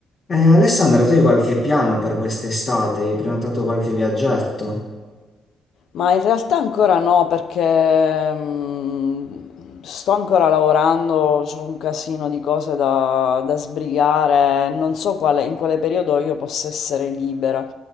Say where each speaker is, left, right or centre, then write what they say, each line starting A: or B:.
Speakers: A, on the left; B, on the left.
A: Eh, Alessandra, tu hai qualche piano per quest'estate? Hai prenotato qualche viaggetto?
B: Ma in realtà ancora no, perché mm, sto ancora lavorando, c'ho un casino di cose da, da sbrigare, non so quale- in quale periodo io possa essere libera.